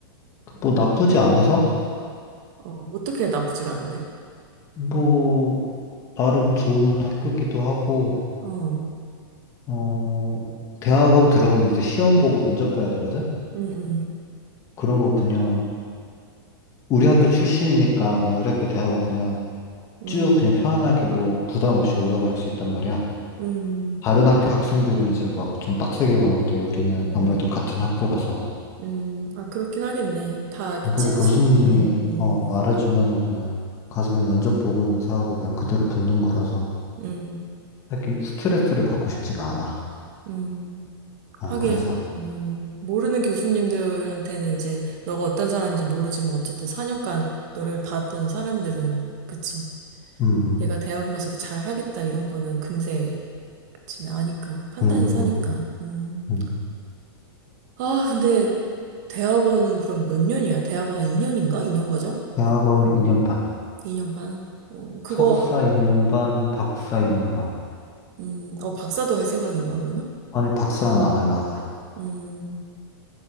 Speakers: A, on the left (about 25°); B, on the right (about 45°).
A: 뭐 나쁘지 않아서
B: 어, 어떻게 나쁘지가 않은데?
A: 뭐 나름 좋은 학교기도 하고,
B: 어,
A: 어, 대학원 들어가면 이제 시험 보고 면접 봐야 되거든?
B: 음, 음,
A: 그런 거 그냥, 우리 학교 출신이니까 그냥 우리 학교 대학원 그냥
B: 음,
A: 쭉 그냥 편안하게 뭐 부담 없이 올라갈 수 있단 말이야.
B: 음,
A: 다른 학교 학생들은 이제 막 좀 빡세게 보는데 우리는
B: 음,
A: 아무래도
B: 음,
A: 같은 학교라서.
B: 음, 음. 아, 그렇긴 하겠네. 다 이렇게 찐,
A: 그래서 교수님이,
B: 음, 음,
A: 어,
B: 음,
A: 말해주면은 그냥 가서 그냥 면접 보고 인사하고 그냥 그대로 붙는 거라서
B: 음,
A: 딱히 스트레스를 받고 싶지가 않아.
B: 음.
A: 어,
B: 하긴,
A: 그래서.
B: 음, 모르는 교수님들한테는 이제 너가 어떤 사람인지 모르지만 어쨌든 4년간 너를 봤던 사람들은, 그치.
A: 음, 음,
B: 얘가 대학원 가서도 잘 하겠다 이런 거는 금세, 그치. 아니까. 판단이
A: 음,
B: 서니까.
A: 음.
B: 음.
A: 음.
B: 아, 근데 대학원은 그럼 몇 년이야? 대학원 한 2년인가? 2년 과정?
A: 대학원은 2년 반.
B: 2년 반. 어, 그거,
A: 석사 2년 반, 박사 2년 반.
B: 음, 어, 박사도 할 생각인 거야, 그러면?
A: 아니, 박사는 안 하려고.
B: 음,